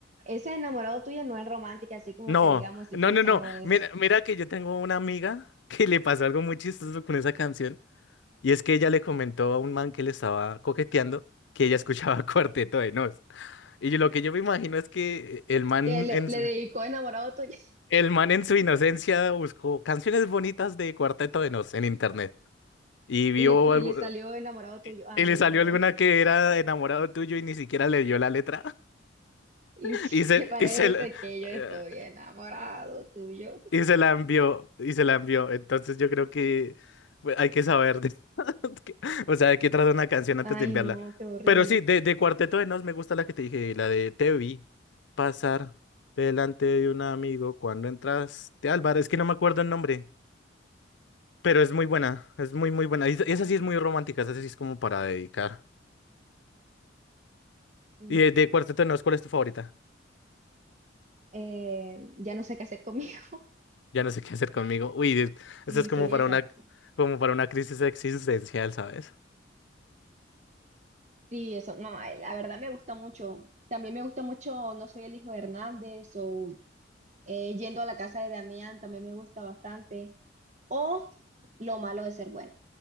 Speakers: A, on the right; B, on the left.
A: ese enamorado tuyo no es romántica, así como
B: No,
A: que digamos, esa
B: no, no, no.
A: no es.
B: Mira, mira que yo tengo una amiga <laughs> que le pasó algo muy chistoso con esa canción. Y es que ella le comentó a un man que le estaba coqueteando que ella escuchaba <laughs> Cuarteto de Nos. Y yo- lo que yo me imagino es que el man
A: Que le,
B: en,
A: le dedicó enamorado tuyo
B: El man en su inocencia buscó canciones bonitas de Cuarteto de Nos en internet
A: <laughs>
B: y vio
A: y le, pues,
B: algo
A: y le salió enamorado tuyo. Ay,
B: y le salió
A: no.
B: alguna que era enamorado tuyo y ni siquiera le dio la letra
A: ¿Y
B: <laughs>
A: <laughs> si
B: y se
A: te parece
B: y se la,
A: que yo estoy
B: eh,
A: enamorado tuyo?
B: y se la envió y se la envió. Entonces yo creo que pues, hay que saber de- <laughs> que- o sea, de qué trata una canción antes
A: Ay,
B: de enviarla.
A: no, qué horrible.
B: Pero sí, de, de Cuarteto de Nos me gusta la que te dije, la de Te vi pasar delante de un amigo cuando entraste, Álvaro, es que no me acuerdo el nombre. Pero es muy buena, es muy, muy buena. Y es- esa sí es muy romántica, esa sí es como para dedicar.
A: Mm,
B: Y de, de Cuarteto de Nos, ¿cuál es tu favorita?
A: eh, ya no sé qué hacer conmigo. <laughs>
B: Ya no sé qué hacer conmigo. Uy, de-
A: Y
B: esa es como
A: soy
B: para
A: esa.
B: una, como para una crisis existencial, ¿sabes?
A: Sí, eso. No, eh, la verdad me gusta mucho. También me gusta mucho No soy el hijo de Hernández o eh, Yendo a la casa de Damián también me gusta bastante. O Lo malo de ser bueno.